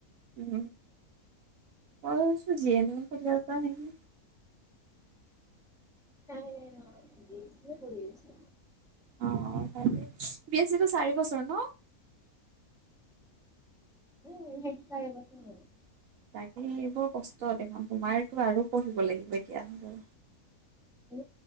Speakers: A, on the right; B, in the centre.
A: উম, মই ভাবিছোঁ জি এ নেম কৰি আছা নেকি।
B: নাই-নাই নহয় বি এছ চি য়ে কৰি আছো।
A: অ', বি এছ চি টো চাৰি বছৰ ন?।
B: উম, সেইটো চাৰিবছৰ।
A: তাকেই বৰ কষ্ট দেখোন তোমাৰতো আৰু পঢ়িব লাগিব এতিয়া হ'লে।
B: এ,